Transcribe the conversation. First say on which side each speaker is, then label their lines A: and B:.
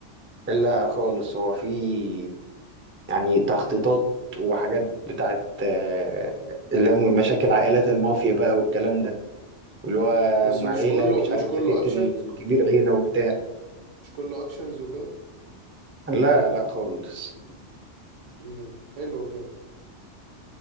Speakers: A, on the right; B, on the right.
A: لا خالص هو في يعني تخطيطات وحاجات بتاعت آه اللي هي مشاكل عائلات المافيا بقى والكلام ده واللي هو
B: بس مش
A: عيلة
B: كله
A: مش
B: مش
A: عارف
B: كله
A: بتقتل
B: اكشنز
A: كبير عيلة وبتاع
B: مش كله اكشنز وكده
A: لا لا خالص
B: امم حلو كده